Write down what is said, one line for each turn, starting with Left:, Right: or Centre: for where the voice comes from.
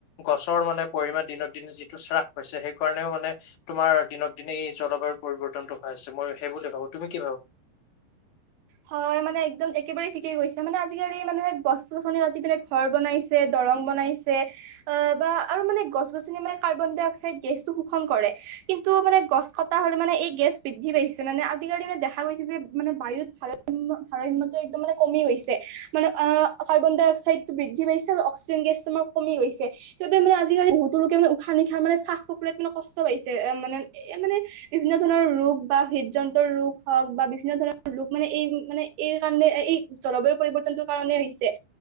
Left: গছৰ মানে পৰিমণ দিনক দিনে যিটো চ। পাইছে সেই কাৰণেও মানে তোমাৰ দিনক দিনে এই জলবায়ু পৰিৱৰ্তনটো হোৱা আছে মই সেই বুলি ভাবো তুমি। <inaudible>
Right: হয় মানে একদম একেবাৰেেই ঠিকে গৈছে মানে আজিকালি মানুহে গছ গছনি ৰাতি পেনে ঘৰ বনাইছে। ৰং বনাইছে বা আৰু মানে গছ গছনি মানে কাৰ্বন ডাই অক্সাইড গেছটো শোষণ কৰে। কিন্তু মানে গছ কটা হলে মানে এই গেছ বৃদ্ধি পাইছে মানে আজিকালি মানে দেখা গৈছে যে মানে বায়ুত ভাৰত। ধাৰ্যতটো একদম মানে কমি গৈছে মানে অ কাৰ্বন ডাই অক্সাইডতটো বৃদ্ধি পাইছে আৰু অক্সিজেন। তোমাৰ কমি গছে সেইাবে মানে আজিকালি বহুতো লোকে মান উশ নিশাহ মানে চাহ কুকুৰা মানে কষ্ট পাইছে। মানে এ মানে বিভিন্ন ধৰণৰ ৰোগ বা হৃদযন্তৰ ৰোগ হওক বা বিভিন্ন ধৰণৰ ৰোগ মানে। এই মানে এই কাৰণে এই জলবায়ু পৰিৱৰ্তনটোৰ কাৰণে হৈছে